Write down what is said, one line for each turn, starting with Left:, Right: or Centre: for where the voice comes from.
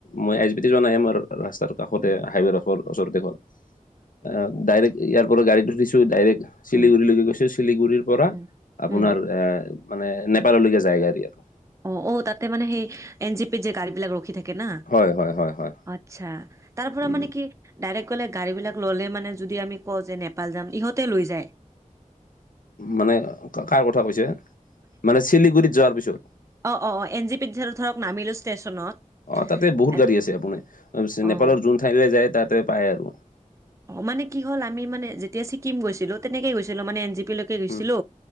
Left: মই এইচ বি টি যোৱা নাই আমাৰ ৰাস্তাৰ কাষতে
Right: উম
Left: হাইৱেৰ ওচৰতে ঘৰ অ'। ডাইৰেক্ট ইয়াৰ পৰা গাড়ীত উঠিছো ডাইৰেক্ট শিলিগুৰিলৈকে
Right: উম
Left: গৈছো। শিলিগুৰিৰ পৰা
Right: উম
Left: আপোনাৰ
Right: উম
Left: এ মানে নেপাললৈকে যায় গাড়ী আৰু।
Right: অ', অ', তাতে মানে সেই, এন জি পি যে গাড়ী বিলাক ৰখি থাক কে না
Left: হয় হয় হয় হয়
Right: আচ্ছা তাৰ পৰা
Left: উম
Right: মানে কি ডাইৰেক্ট গ'লে গাড়ীবিলাক ল'লে মানে যদি আমি কওঁ যে নেপাল যাম ইহঁতে লৈ যায়।
Left: মানে কাৰ কথা কৈছা? মানে শিলিগুৰিত যোৱাৰ পিছত। অ',
Right: অ অ অ এন জি পিত ধৰক নামিলো ষ্টেচনত
Left: তাতেই বহুত
Right: এ-
Left: গাড়ী আছে আপুনি
Right: অ
Left: নেপালৰ যোন ঠাইলে যায়, তাতেই পায় আৰু।
Right: অ', মানে কি হ'ল? আমি মানে যেতিয়া চিকিম গৈছিলো, তেনেকেই গৈছিলো মানে এন জি পি গৈছিলো,
Left: উম